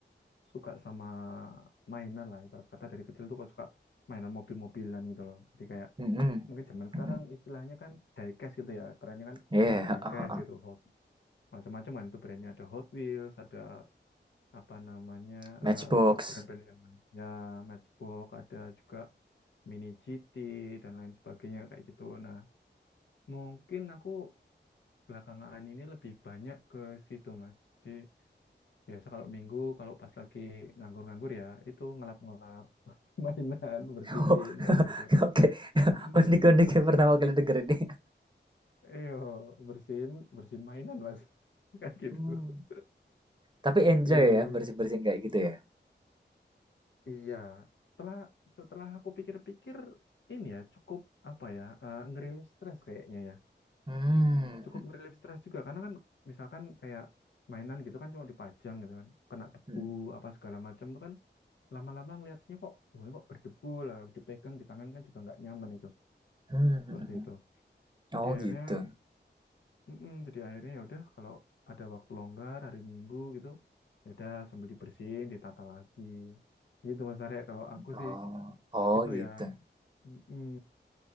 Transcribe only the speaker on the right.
Mm-mm.
Mm-mm.
Yeah,
ah, ah, ah.
Matchbox.
<laughs> Oh, <laughs>
oke. <laughs>
Unik-unik yang pertama kali denger ini.
Hmm.
Tapi enjoy
ya bersih-bersihin kayak gitu ya.
Hmm.
Hmm.
Hmm. hmm.
Oh
gitu.
Oh,
oh
gitu.